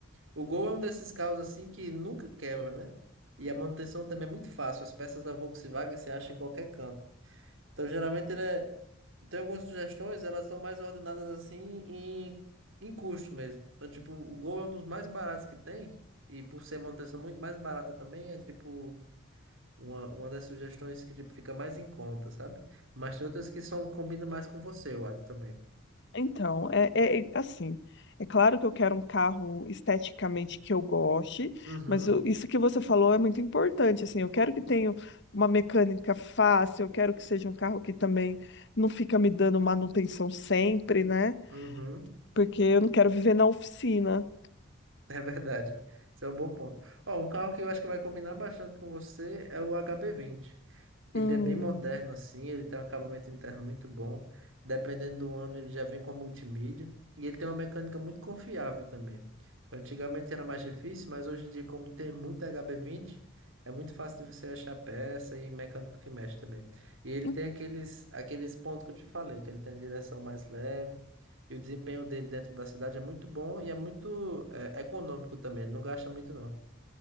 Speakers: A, on the right; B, on the left.
A: O Gol é um desses carros assim que nunca quebra, né? E a manutenção também é muito fácil. As peças da Volkswagen você acha em qualquer canto. Então, geralmente, ele é... tem algumas sugestões, elas são mais ordenadas assim em, em custo mesmo. Então, tipo, o Gol é um dos mais baratos que tem, e por ser manutenção muito mais barata também, é tipo uma, uma das sugestões que tipo, fica mais em conta, sabe? Mas tem outras que são, combinam mais com você, eu acho também.
B: Então, é, é- é assim. É claro que eu quero um carro esteticamente que eu goste,
A: Uhum,
B: mas eu- isso que você falou é muito importante, assim. Eu quero que tenha uma mecânica fácil, eu quero que seja um carro que também não fica me dando manutenção sempre, né?
A: uhum. <laughs>
B: Porque eu não quero viver na oficina.
A: É verdade. Isso é um bom ponto. Ó, um carro que eu acho que vai combinar bastante com você é o hb vinte. Ele
B: Hum.
A: é bem moderno, assim, ele tem um acabamento interno muito bom. Dependendo do ano, ele já vem com a multimídia. E ele tem uma mecânica muito confiável também. Antigamente era mais difícil, mas hoje em dia, como tem muito hb vinte é muito fácil de você achar peça e mecânico que mexe também. E ele
B: En-
A: tem aqueles, aqueles pontos que eu te falei, que ele tem a direção mais leve. E o desempenho dele dentro da cidade é muito bom e é muito é, econômico também. Ele não gasta muito, não.